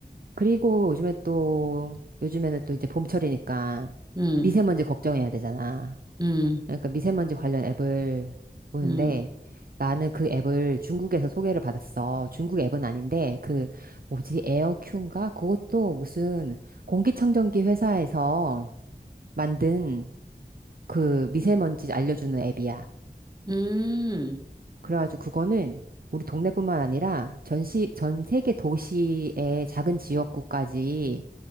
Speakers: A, on the right; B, on the right.
A: 그리고 요즘에 또, 요즘에는 또 이제 봄철이니까
B: 음,
A: 미세먼지 걱정해야 되잖아.
B: 음,
A: 그러니까 미세먼지 관련 앱을 보는데
B: 음,
A: 나는 그 앱을 중국에서 소개를 받았어. 중국 앱은 아닌데 그 뭐지 에어큐인가? 그것도 무슨 공기청정기 회사에서 만든 그 미세먼지 알려주는 앱이야.
B: 음,
A: 그래가지고 그거는 우리 동네뿐만 아니라 전시, 전 세계 도시의 작은 지역구까지